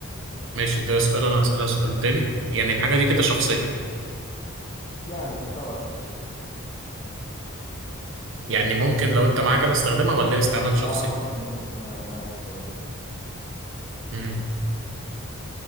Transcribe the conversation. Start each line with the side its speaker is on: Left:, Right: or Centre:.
Right: ماشي ده سؤال أنا هسألها سؤال تاني يعني الحاجة دي كده شخصية
Left: يعني تعتبر شخصية
Right: يعني ممكن لو أنت معاك أنا استخدمها ولا هي استعمال شخصي؟
Left: اه ممكن ممكن ومعايا تستخدمها انت
Right: مم.